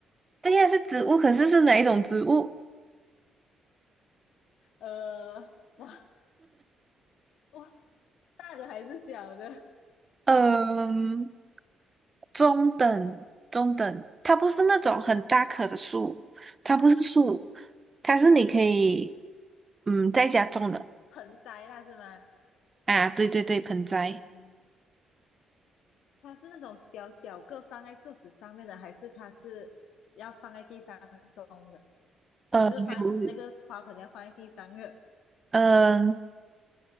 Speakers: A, on the right; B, on the left.
A: 对呀，是植物，可是是哪一种植物？
B: 呃，哇哇，大的还是小的？
A: 嗯、中等中等，它不是那种很大棵的树，它不是树，
B: 它是
A: 它是你可以嗯在家种的
B: 它是盆栽啦，是吗？
A: 啊，对对对，盆栽，
B: 嗯，它是那种小小个放在桌子上面的，还是它是要放在地上种的？呃，
A: 呃，
B: 就是放在那个花盆要放在地上的，
A: 有，嗯、